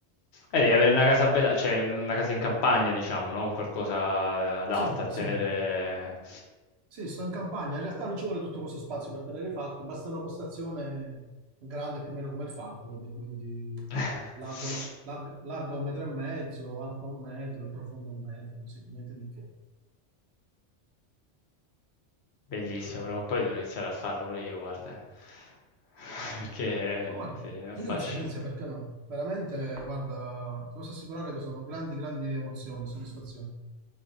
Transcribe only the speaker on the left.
Eh, devi avere una casa bella, cioè un una casa in campagna diciamo, no, un qualcosa adatta
a tenere
<laughs>
Bellissimo, prima o poi devo iniziare a farlo pure io, guarda. <laughs> Perché
sì, mi affascina.